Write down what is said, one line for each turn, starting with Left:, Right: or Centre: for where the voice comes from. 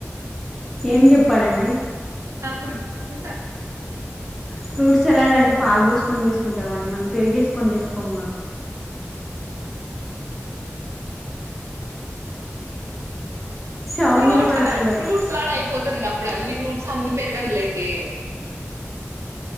Centre: ఏం చెప్పాలండి
Right: అప్పుడు చూసా
Centre: ఫ్రూట్స్ సలాడ్ అంటే పాలు పోసుకొని చేసుకుంటా మండి మనం పెరుగు ఏసుకొని చేసుకోము గా సౌండ్
Right: ఫ్రూట్
Centre: వినపడట్లేదండి
Right: సలాడ్ ఫ్రూట్ సలాడ్ అయిపోతుంద అప్పుడు అన్ని ఫ్రూట్స్ అన్ని పెరిగను లేండి